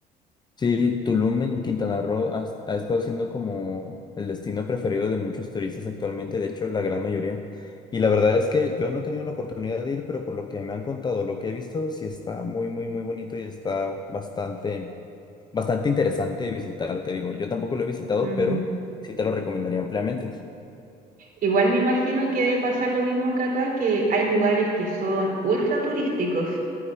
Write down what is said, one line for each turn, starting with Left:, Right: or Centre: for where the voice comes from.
Left: sí, Tulum en Quintana Roo ha, ha estado siendo como el destino preferido de muchos turistas actualmente, de hecho la gran mayoría. Y la verdad es que yo no he tenido la oportunidad de ir, pero por lo que me han contado, lo que he visto, sí está
Right: <clears throat>
Left: muy, muy, muy bonito y está bastante bastante interesante visitar, te digo. Yo tampoco lo he visitado,
Right: Mm.
Left: pero sí te lo recomendaría ampliamente.
Right: Igual me imagino que debe pasar lo mismo que acá, que hay lugares que son ultra turísticos